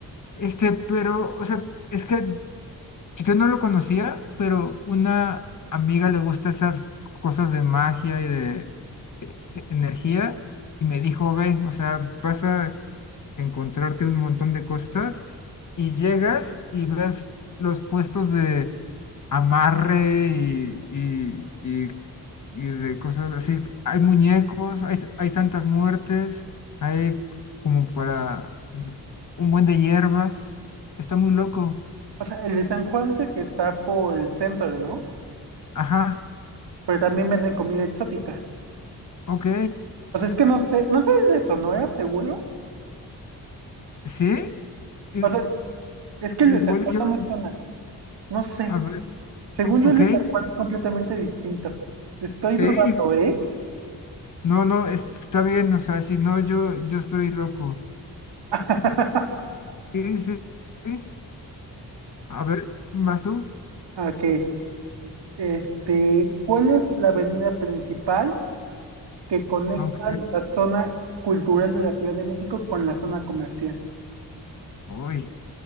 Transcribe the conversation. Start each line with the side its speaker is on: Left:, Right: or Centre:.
Left: este, pero, o sea, es que pues, Yo no lo conocía, pero una amiga le gusta esas cosas de magia y de e- e- energía y me dijo, ve, o sea, vas a encontrarte un montón de cosas y llegas y ves los puestos de amarre y, y, y, y de cosas así. Hay muñecos, hay, hay santas muertes, hay como para un buen de hierbas. Está muy loco.
Right: O sea, el de San Juan es el que está por el centro, ¿no?
Left: Ajá,
Right: Pero también venden comida exótica.
Left: ok.
Right: O sea, es que no sé, no sé el de Sonora, seguro.
Left: Sí, y-
Right: O sea, es que
Left: y
Right: el de
Left: igual
Right: San Juan
Left: y bueno,
Right: no me
Left: yo,
Right: suena. No sé.
Left: a ver,
Right: Según yo,
Left: ok,
Right: el de San Juan es completamente distinto. Estoy
Left: sí,
Right: dudando,
Left: y-
Right: ¿eh?
Left: no, no, es- está bien, o sea, si no, yo, yo estoy loco.
Right: <laughs>
Left: Sí, sí, sí, a ver, ¿vas tú?
Right: Ok, este, ¿cuál es la avenida principal que conecta
Left: Ok,
Right: la zona cultural de la Ciudad de México con la zona comercial?
Left: uy,